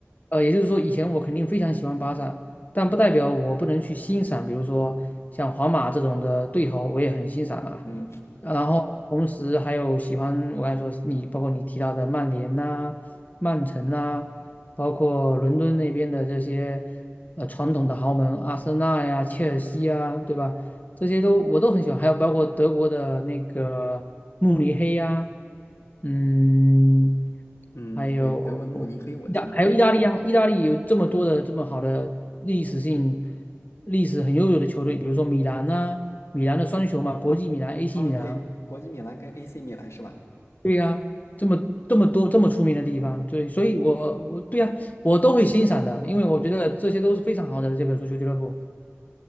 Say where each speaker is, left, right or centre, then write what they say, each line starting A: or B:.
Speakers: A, on the left (about 35°); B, on the left (about 80°).
A: 呃，也就是说，以前我肯定非常喜欢巴萨，但不代表我不能去欣赏，比如说像皇马这种的对头，我也很欣赏啊。
B: 嗯
A: 呃然后同时还有喜欢，我刚才说你，包括你提到的曼联呐、曼城呐、包括伦敦那边的这些呃传统的豪门，阿森纳呀、切尔西呀，对吧？这些都我都很喜欢，还有包括德国的那个慕尼黑呀、嗯，
B: 嗯，
A: 还有
B: 对，德国的慕尼黑我听过。
A: 意大，还有意大利啊，意大利有这么多的这么好的历史性、历史很悠久的球队，比如说米兰呐、米兰的双雄嘛，国际米兰、AC
B: 哦，
A: 米兰，
B: 对，国际米兰跟 AC 米兰是吧？
A: 对呀、这么这么多这么出名的地方，对，所以我我对呀、我都会欣赏的，因为我觉得这些都是非常好的这个足球俱乐部。